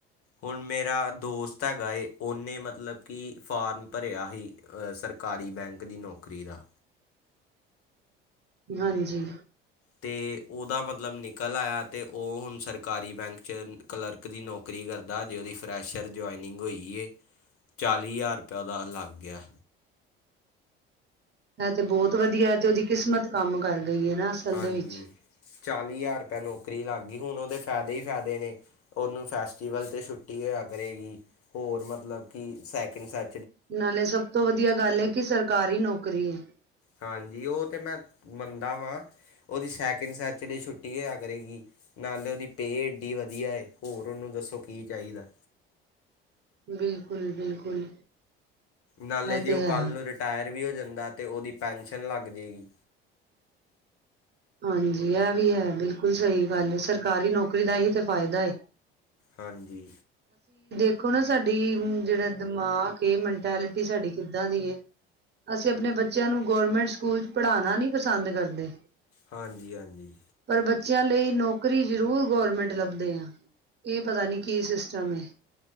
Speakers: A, on the left; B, on the right.
A: ਹੁਣ ਮੇਰਾ ਦੋਸਤ ਹੈਗਾ ਏ। ਉਹਨੇ ਮਤਲਬ ਕਿ ਫਾਰਮ ਭਰਿਆ ਸਰਕਾਰੀ ਬੈਂਕ ਦੀ ਨੌਕਰੀ ਦਾ।
B: ਹਾਂਜੀ।
A: ਤੇ ਉਹਦਾ ਮਤਲਬ ਨਿਕਲ ਆਇਆ ਤੇ ਉਹ ਹੁਣ ਸਰਕਾਰੀ ਬੈਂਕ 'ਚ ਕਲਰਕ ਦੀ ਨੌਕਰੀ ਕਰਦਾ ਆ ਉਹਦੀ ਫਰੈਸ਼ਰ ਜੁਆਇਨਿੰਗ ਹੋਏ ਚਾਲੀ ਹਜ਼ਾਰ ਰੁਪਇਆ ਉਹਦਾ ਲਗ ਗਿਆ
B: ਐ ਤੇ ਬਹੁਤ ਵਧੀਆ ਇਹ ਤੇ ਉਹਦੀ ਕਿਸਮਤ ਕੰਮ ਕਰ ਗਈ ਹੈ ਨਾ ਅਸਲ
A: ਹਾਂਜੀ
B: ਦੇ ਵਿੱਚ
A: ਚਾਲੀ ਹਜ਼ਾਰ ਰੁਪਇਆ ਨੌਕਰੀ ਲੱਗ ਗਈ ਹੁਣ ਉਹਦੇ ਫ਼ਾਇਦੇ ਹੀ ਫੈਦੇ ਨੇ ਉਹਨੂੰ ਫੈਸਟੀਵਲ ਤੇ ਛੁੱਟੀ ਹੋਇਆ ਕਰੇਗੀ ਹੋਰ ਮਤਲਬ ਕਿ ਸੈਕਿੰਡ ਸੈ
B: ਨਾਲੇ ਸਭ ਤੋਂ ਵਧੀਆ ਗੱਲ ਹੈ, ਕਿ ਸਰਕਾਰੀ ਨੌਕਰੀ ਹੈ।
A: ਹਾਂਜੀ ਉਹ ਤਾਂ ਮੈਂ ਮੰਨਦਾ ਵਾਂ ਉਹਦੀ ਸੈਕਿੰਡ ਸ਼ੈਚਰ ਡੇ ਦੀ ਛੁੱਟੀ ਹੋਇਆ ਕਰੇਗੀ ਨਾਲੇ ਉਹਦੀ ਪੇਅ ਐੱਡੀ ਵਧੀਆ ਹੈ ਹੋਰ ਉਹਨੂੰ ਦੱਸੋ ਕੀ ਚਾਹੀਦਾ।
B: ਬਿਲਕੁਲ ਬਿਲਕੁਲ।
A: ਨਾਲੇ
B: ਇਹ
A: ਜੇ
B: ਤੇ
A: ਉਹ
B: ਹੈ
A: ਕੱਲ ਨੂੰ ਰਿਟਾਇਰ ਵੀ ਹੋ ਜਾਂਦਾ ਤਾਂ ਤੇ ਉਹਦੀ ਪੈਨਸ਼ਨ ਲੱਗ ਜਾਵੇਗੀ।
B: ਹਾਂਜੀ, ਇਹ ਵੀ ਹੈ ਬਿਲਕੁਲ ਸਹੀ ਗੱਲ ਹੈ। ਸਰਕਾਰੀ ਨੌਕਰੀ ਦਾ ਹੀ ਤਾਂ ਫਾਇਦਾ ਇਹ।
A: ਹਾਂਜੀ।
B: ਦੇਖੋ ਨਾ ਸਾਡੀ ਜਿਹੜਾ ਦਿਮਾਗ, ਮੈਂਟੈਲਿਟੀ ਸਾਡੀ ਕਿੱਦਾਂ ਦੀ ਹੈ। ਅਸੀਂ ਆਪਣੇ ਬੱਚਿਆਂ ਨੂੰ ਗੌਰਮੈਂਟ ਸਕੂਲ ਚ ਪੜਾਉਣਾ ਨੀ ਪਸੰਦ ਕਰਦੇ।
A: ਹਾਂਜੀ-ਹਾਂਜੀ।
B: ਪਰ ਬੱਚਿਆਂ ਲਈ ਨੌਕਰੀ ਜ਼ਰੂਰ ਗੌਰਮੈਂਟ ਲੱਭਦੇ ਆ। ਇਹ ਪਤਾ ਨੀ ਕੀ ਸਿਸਟਮ ਹੈ।